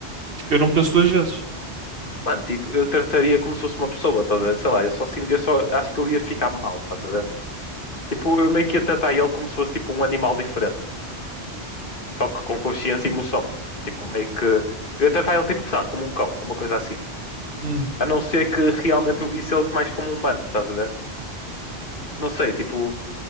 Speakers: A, on the right; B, on the left.
A: Tipo, eu não penso duas vezes.
B: Mano, tipo, eu trataria como se fosse uma pessoa, estás a ver? Sei lá, eu só, sinto- eu só acho que eu ia ficar mal, estás a ver? Tipo, eu meio que ia tratar ele como se fosse tipo um animal diferente, só que com consciência e emoção. Tipo, meio que. Eu ia tratar ele tipo, sabe, como um cão, uma coisa assim.
A: Hum.
B: A não ser que realmente eu visse ele mais como um humano, estás a ver? Não sei, tipo,